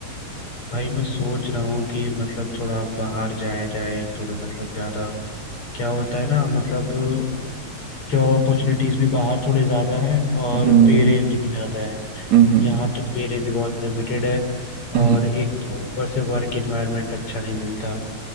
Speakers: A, on the left; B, on the right.
A: भाई मैं सोच रहा हूँ कि मतलब थोड़ा बाहर जाया जाए थोड़ा मतलब ज़्यादा क्या होता है ना मतलब जॉब अपॉर्चुनिटीज़ भी बाहर थोड़े ज़्यादा है और
B: हम्म
A: पे रेंज भी ज़्यादा है
B: हम्म हम्म,
A: यहाँ तो पे रेंज बहुत लिमिटेड है
B: हम्म,
A: और
B: हम्म।
A: एक तो ऊपर से वर्क एनवायरनमेंट अच्छा नहीं मिलता